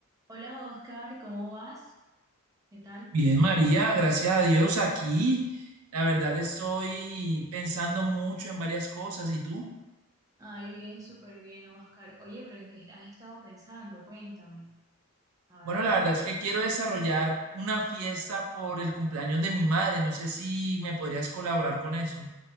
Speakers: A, on the right; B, on the right.
A: Hola Oscar, ¿cómo vas? ¿Qué tal?
B: Bien, María, gracias a Dios aquí. La verdad estoy pensando mucho en varias cosas. ¿Y tú?
A: Ay, bien, súper bien, Oscar. Oye, pero ¿en qué has estado pensando? Cuéntame. A
B: Bueno,
A: ver.
B: la verdad es que quiero desarrollar una fiesta por el cumpleaños de mi madre. No sé si me podrías colaborar con eso.